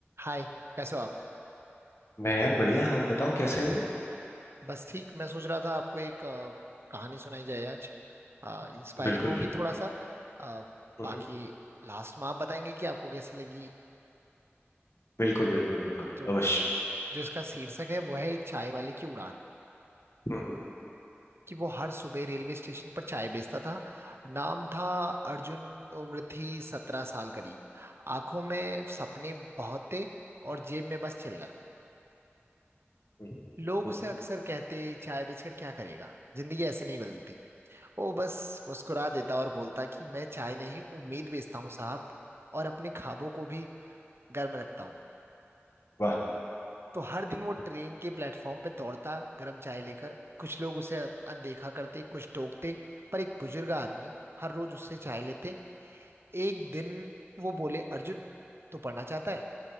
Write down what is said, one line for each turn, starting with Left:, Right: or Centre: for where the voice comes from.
Right: हाय कैसे हो आप
Left: मैं यार बढ़िया आप बताओ कैसे हो
Right: बस ठीक मैं सोच रहा था आपको एक अ, कहानी सुनाई जाए आज इंस्पायरिंग
Left: बिल्कुल
Right: होगी थोड़ा सा अ,
Left: हम्म,
Right: बाकी लास्ट में आप बताएंगे कि आपको कैसी लगी
Left: बिल्कुल बिल्कुल बिल्कुल
Right: जो
Left: अवश्य
Right: जो इसका शीर्षक है वो है एक चाय वाले की उड़ान
Left: हम्म,
Right: कि वो हर सुबह रेलवे स्टेशन पर चाय बेचता था नाम था अर्जुन उम्र थी सत्रह साल करीब आंखों में सपने बहुत थे और जेब में बस चिल्लर
Left: हम्म,
Right: लोग
Left: हम्म,
Right: उसे अक्सर कहते चाय बेचकर क्या करेगा जिंदगी ऐसे नहीं बदलती वो बस मुस्कुरा देता और बोलता कि मैं चाय नहीं उम्मीद बेचता हूँ साहब और अपने ख्वाबों को भी गर्म रखता हूँ
Left: वाह
Right: तो हर दिन वो ट्रेन के प्लेटफॉर्म पे दौड़ता गर्म चाय लेकर कुछ लोग उसे अनदेखा करते कुछ टोकते पर एक बुजुर्ग आदमी हर रोज उससे चाय लेते एक दिन वो बोले अर्जुन तू पढ़ना चाहता है